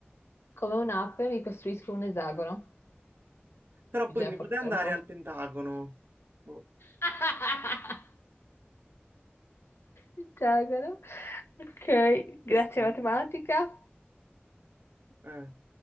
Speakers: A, on the left; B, on the right.
A: Come un'ape mi costruisco un esagono.
B: Però
A: Bisogna
B: poi mi
A: forzare
B: va di andare
A: un po'.
B: al Pentagono. Boh,
A: <laughs> Esagono. Ok, grazie
B: questo-
A: matematica.
B: eh.